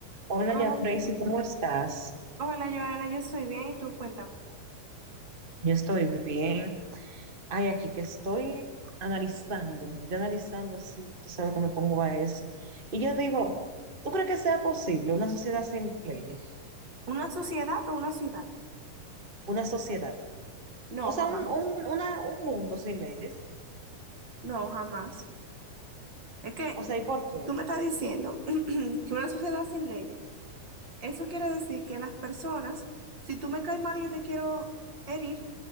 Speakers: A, on the right (about 60°); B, on the right (about 35°).
A: Hola,
B: Hola,
A: ya Freysi, ¿cómo estás?
B: hola, Joana, yo estoy bien y tú cuéntame.
A: Yo estoy bien. Ay, aquí que estoy analizando, yo analizando así, tú sabes que me pongo a eso. Y yo digo, ¿tú crees que sea posible una sociedad sin leyes?
B: ¿Una sociedad o una ciudad?
A: Una sociedad.
B: No,
A: O sea,
B: jamás.
A: un, un- una- un mundo sin leyes.
B: No, jamás. Es que
A: O sea, ¿y por qué?
B: tú me estás diciendo <clears throat> que una sociedad sin leyes, eso quiere decir que las personas, si tú me caes mal y yo te quiero herir,